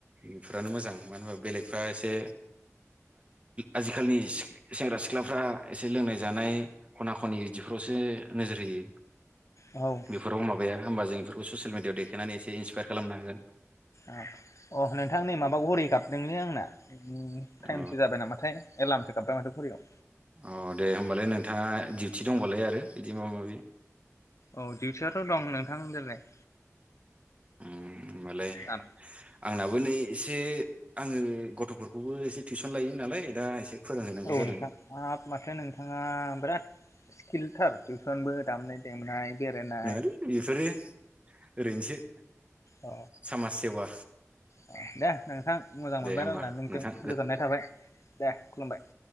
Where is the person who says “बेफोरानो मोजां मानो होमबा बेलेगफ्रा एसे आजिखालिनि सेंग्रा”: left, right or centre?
Right